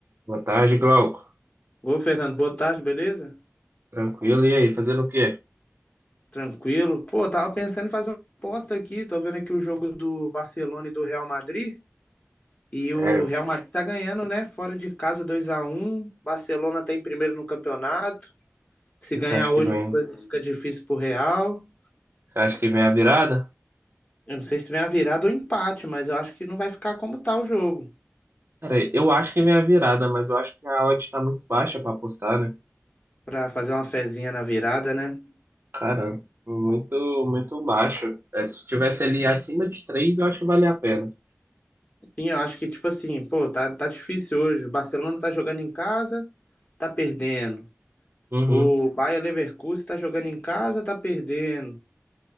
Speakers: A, on the right; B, on the left.
A: Boa tarde, Glauco.
B: Ô, Fernando, boa tarde, beleza?
A: Tranquilo? E aí, fazendo o quê?
B: Tranquilo. Pô, tava pensando em fazer uma aposta aqui. Tô vendo aqui o jogo do Barcelona e do Real Madrid. E
A: Sério?
B: o Real Madrid tá ganhando, né? Fora de casa dois a um. Barcelona tá em primeiro no campeonato. Se
A: Você
B: ganhar
A: acha
B: hoje,
A: que vem?
B: as coisas ficam difíceis pro Real.
A: Você acha que vem a virada?
B: Eu não sei se vem a virada ou empate, mas eu acho que não vai ficar como tá o jogo.
A: Cara, eu acho que vem a virada, mas eu acho que a odd tá muito baixa pra apostar, né?
B: Pra fazer uma fezinha na virada, né?
A: Cara, muito, muito baixo. É, se tivesse ali acima de 3, eu acho que valia a pena.
B: Sim, eu acho que, tipo assim, pô, tá, tá difícil hoje. O Barcelona tá jogando em casa, tá perdendo.
A: Uhum.
B: O Bayer Leverkusen está jogando em casa, está perdendo.